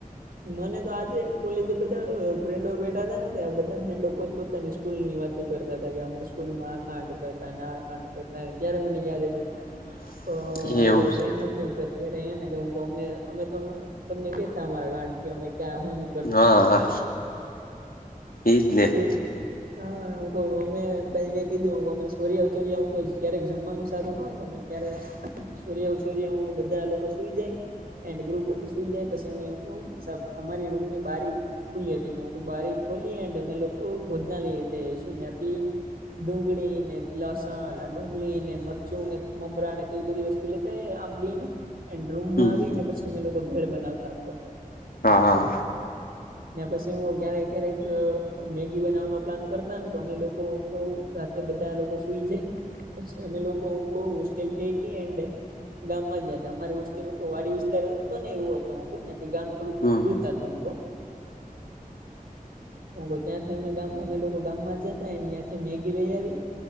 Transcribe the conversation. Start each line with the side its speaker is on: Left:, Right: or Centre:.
Right: મને તો આજે કોલેજે બધા અહ ફ્રેન્ડો બેઠા તા ને ત્યા બધા ફ્રેન્ડો પોતપોતાની સ્કૂલ ની વાતો કરતા તા, કે અમે સ્કૂલમાં આ કાંડ કરતાને, આ કાંડ કરતા, ત્યારે મને યાદ આયવું.
Left: <inaudible>
Right: તો મારા
Left: એવું
Right: કોઈ ફ્રેન્ડ
Left: છે.
Right: નથી, હું <unintelligible> અત્યારે અહિયાં ને ગમને અમે તમા, તમને કેત અમારા કાંડ કે અમે ક્યાં હું-હું
Left: હા. એજ
Right: <unintelligible>
Left: ને <inaudible>
Right: <unintelligible> અમે ભાઈ મેં કીધું કે અમે સોર્યા ચોર્યાવ હું <unintelligible> ક્યારેક જમવાનું સારું હોય અમે ત્યારે સૂર્યોસૂર્યમાં બધા લોકો સુઈ જાય. એન્ડ ગૃહપતી સુઈ જાય, પછી અમે સબ અમારી રૂમ ની બારી ખુલી હતી, તો હું બારી ખોલી એન્ડ અમે લોકો ભોજના લઈ <unintelligible> ડુંગળીને, લસણ, એલાં ડુંગળી ને, મરચું ને, મમરા ને તેવી બધી વસ્ તો લેતાઈ આંબલીને, એન્ડ રૂમમાં
Left: હમ
Right: આવીને પછી અમે લોકો ભેળ બનાવતા ઉપર.
Left: હા, હા.
Right: ને પછી હું ક્યારેક-ક્યારેક અહ મેગી બનાવવાનો પ્લાન કરતા ને, તો અમે લોકો ક રાતે બધા લોકો સુઈ જાય પછી અમે લોકો કો હોસ્ટેલ ઠેકીન એન્ડ ગામમાં જાતા, અમારી હોસ્ટેલ હું વાડી વિસ્તાર હતો ને એવું હતો, હું કઉંન ન્યાંથી ગામ થોડુંક
Left: હમ
Right: દૂર થાતું હું કઉં હું બ ત્યાંથી અમે ગામ અમે લોકો ગામમાં જાતા એન્ડ ન્યાંથી મેગી લઈ આવી